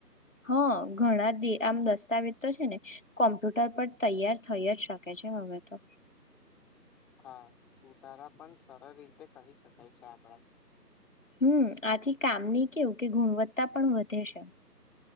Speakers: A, on the left; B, in the centre.
A: હા ઘણા આમ દસ્તાવેજ તો છે ને કોમ્પ્યુટર પર તૈયાર થઈ જ શકે છે હવે તો
B: હા સુધારા પણ સરળ રીતે કહી શકાય છે આપ
A: હમ આથી કામની કેવું કે ગુણવત્તા પણ વધે છે